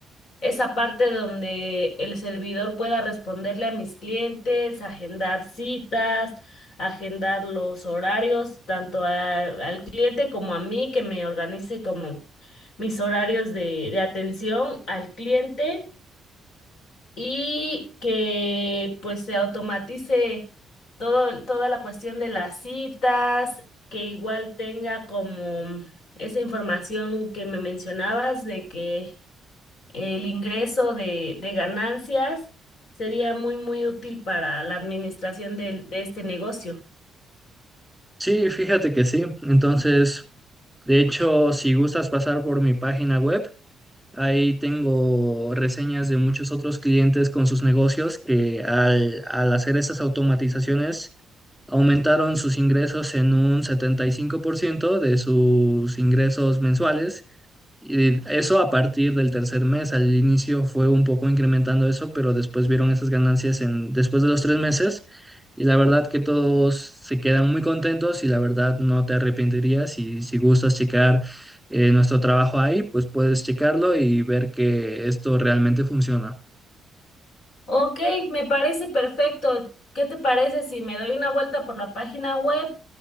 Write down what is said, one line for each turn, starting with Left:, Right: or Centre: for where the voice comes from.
Left: esa parte donde el servidor pueda responderle a mis clientes, agendar citas, agendar los horarios, tanto a- al cliente como a mí, que me organice como mis horarios de, de atención al cliente y que pues se automatice todo, toda la cuestión de las citas, que igual tenga como esa información que me mencionabas de que el ingreso de, de ganancias sería muy, muy útil para la administración de, de este negocio.
Centre: Sí, fíjate que sí. Entonces, de hecho, si gustas pasar por mi página web, ahí tengo reseñas de muchos otros clientes con sus negocios que al, al hacer estas automatizaciones aumentaron sus ingresos en un 75% de sus ingresos mensuales Y eso a partir del tercer mes, al inicio fue un poco incrementando eso, pero después vieron esas ganancias en, después de los tres meses y la verdad que todos se quedan muy contentos y la verdad no te arrepentirías y si gustas checar eh, nuestro trabajo ahí, pues puedes checarlo y ver que esto realmente funciona.
Left: Ok, me parece perfecto. ¿Qué te parece si me doy una vuelta por la página web